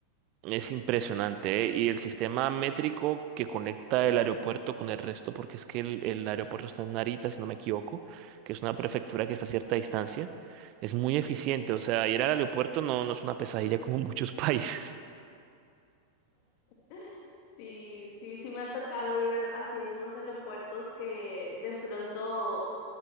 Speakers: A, on the right; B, on the left.
A: es impresionante, ¿eh? Y el sistema métrico que conecta el aeropuerto con el resto, porque es que el, el aeropuerto está en Narita, si no me equivoco, que es una prefectura que está a cierta distancia, es muy eficiente. O sea, ir al aeropuerto no, no es una pesadilla como <laughs> en muchos países.
B: <laughs> Sí, sí, sí me ha tocado ir a- hacia algunos aeropuertos que de pronto